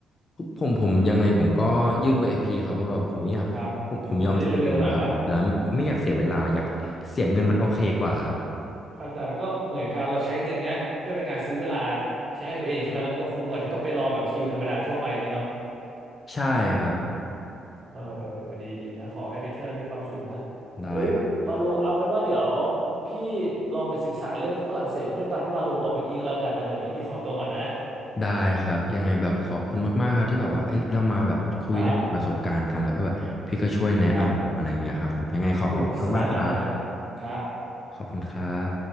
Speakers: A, on the left; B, on the right.
A: ผมผมยังไงผมก็ยื่น VIP ครับเพราะแบบผมไม่อยากผมผมยอมเสียเวลาครับผมจะไม่อยากเสียเวลาอยากเสียเงินมันโอเคกว่าครับ
B: ครับมันจะได้เร็วๆหน่อยปะอืม เข้าใจก็เหมือนกันเราใช้เงินเนี้ยเพื่อเป็นการซื้อเวลาใช้ให้ตัวเองใช่ไหมแล้วมันก็คุ้มกว่าที่ต้องไปรอแบบคิวธรรมดาทั่วไปอย่างนี้เนาะ
A: ใช่ครับ
B: เออเออเออดีดีนะขอให้ไปเที่ยวแล้วมีความสุขนะ
A: ได้ครับ
B: เอ้ยวาโลเอาเป็นว่าเดี๋ยวพี่ลองไปศึกษาเรื่องฝรั่งเศสเพิ่มตามที่วาโลบอกเมื่อกี้ก็แล้วกันนะเดี๋ยววันนี้พี่ขอตัวก่อนนะ
A: ได้ครับยังไงแบบขอบคุณมากๆครับที่แบบว่าเอ้ยเรามาแบบคุยแลกเปลี่ยนประสบการณ์กันแล้วก็แบบพี่ก็ช่วยแนะนำผมอะไรอย่างเงี้ยครับผมยังไงขอขอบคุณมากๆครับ
B: ครับครับอุ้ยสบายมากเลยครับครับ
A: ขอบคุณครับ